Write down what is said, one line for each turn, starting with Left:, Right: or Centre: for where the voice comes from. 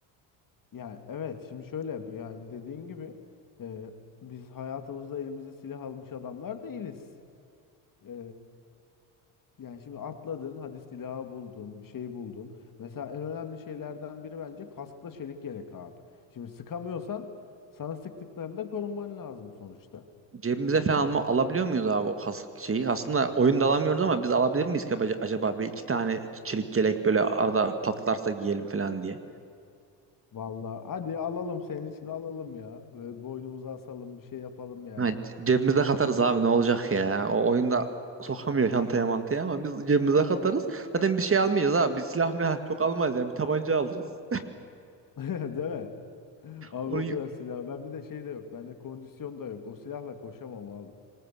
Left: Yani evet şimdi şöyle yani dediğin gibi e, biz hayatımızda elimize silah almış adamlar değiliz. E, Yani şimdi atladın, hadi silahı buldun, bir şey buldun. Mesela en önemli şeylerden biri bence kaskla çelik yelek abi. Şimdi sıkamıyorsan sana sıktıklarında korunman lazım sonuçta.
Right: Cebimize falan alma, alabiliyor muyuz abi o kask şeyi? Aslında oyunda alamıyoruz ama biz alabilir miyiz ki ac- acaba bir iki tane çelik yelek böyle arada patlarsa giyelim falan diye.
Left: Vallahi hadi alalım senin için alalım ya. Ve boynumuza asalım bir şey yapalım yani.
Right: Ha, cebimize katarız abi ne olacak ya? O oyunda sokamıyor çantaya mantaya ama biz cebimize katarız. Zaten bir şey almayacağız abi. Biz silah milah <laughs> çok almayız yani bir tabanca alırız.
Left: <laughs> Değil mi? Abi
Right: <laughs> Onu,
Left: o kadar silah. Ben bir de şey de yok. Bende kondisyon da yok. O silahla koşamam abi.